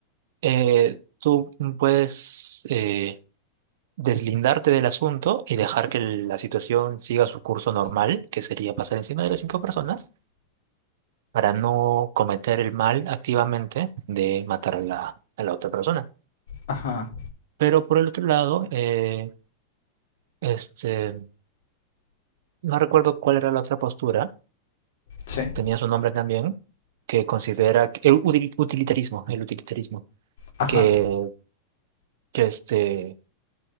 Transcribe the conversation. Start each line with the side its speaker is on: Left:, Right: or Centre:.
Right: eh, tú puedes eh, deslindarte del asunto y dejar que la situación siga su curso normal, que sería pasar encima de las cinco personas, para no cometer el mal activamente de matar a la, a la otra persona.
Left: Ajá,
Right: Pero por el otro lado, eh, este, no recuerdo cuál era la otra postura
Left: sí,
Right: tenía su nombre también, que considera que- el util- utilitarismo, el utilitarismo,
Left: ajá.
Right: que, que, este,